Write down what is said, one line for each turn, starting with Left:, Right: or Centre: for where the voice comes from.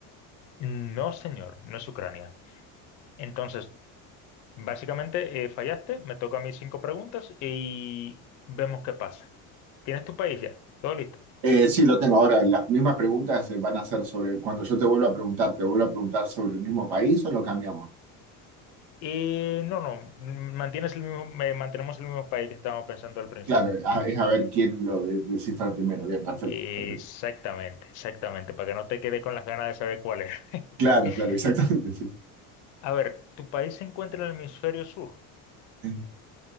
Left: No, señor, no es Ucrania. Entonces, básicamente eh, fallaste, me toca a mí cinco preguntas y vemos qué pasa. ¿Tienes tu país ya? ¿Todo listo?
Right: Eh, sí, lo tengo. Ahora, las mismas preguntas se van a hacer sobre, cuando yo te vuelva a preguntar, ¿te vuelvo a preguntar sobre el mismo país o lo cambiamos?
Left: Eh, no, no, mantienes el mismo, me- mantenemos el mismo país que estábamos pensando al principio.
Right: Claro, a- es a ver quién lo de- descifra primero. Bien, perfecto,
Left: Exactamente,
Right: perfecto.
Left: exactamente, para que no te quede con las ganas de saber cuál era.
Right: Claro,
Left: <laughs>
Right: claro, <laughs> exactamente, sí.
Left: A ver, ¿tu país se encuentra en el hemisferio sur?
Right: Eh,